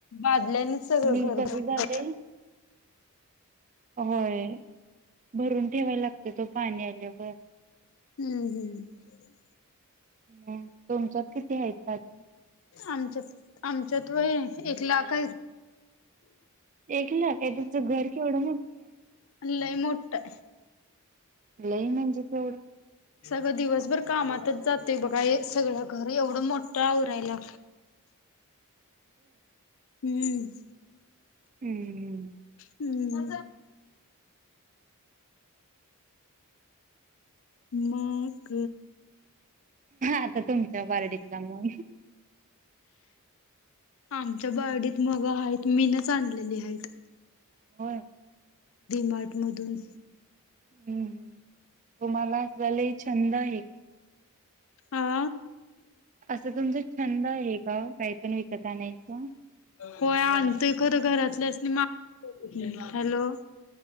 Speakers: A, on the left; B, on the right.
A: बादल्याने सगळं
B: आणि
A: घरर
B: कसं झालंय
A: ह
B: होय भरून ठेवायला लागत तो पाणी आल्यावर
A: हम्म हम्म
B: हम् तुमच्यात किती आहेत भाजू
A: आमच्यात आमच्यात वय एक लाख
B: एक लाख आहे तुमचं घर केवढं मोठं आहे
A: नाहीई मोठा
B: लई म्हणजे तेवढं
A: सगळं दिवसभर कामातच जातंय बघा सगळं घर एवढं मोठं आवरायला हम्म
B: हम्म हम्म
A: हम्म माग
B: आता तुमच्या पार्टतला मु
A: आमच्या बयडीत मग आहेत मीनच आणलेली आहेत
B: हो
A: मार्ट मधून
B: हम्म् तुम्हालाला छंद आहे का
A: आा
B: असं तुमचा छंद आहे का काही पण विकत आणायच
A: होय आणत खरं घरातलं अस मा हॅलो